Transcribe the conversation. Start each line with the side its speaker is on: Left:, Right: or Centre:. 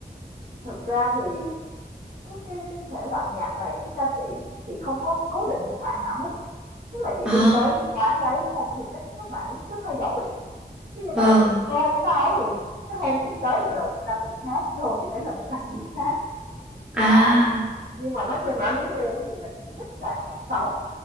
Right: Thực ra thì cái cái cái thể loại nhạc này, cái ca sĩ chị không có cố định một bạn nào hết, tức là chị
Centre: Ờ,
Right: đi tới cái quán đấy, đúng không Thường các các bạn cứ thay đổi, giống như
Centre: vâng.
Right: các bạn nhảy show hay sao á, thường cái hôm chị tới thì là một ca sĩ khác, cái hôm chị tới là một ca sĩ khác,
Centre: À,
Right: đó. Nhưng mà nói chung là đúng gu của chị là chị thích là nhạc sống.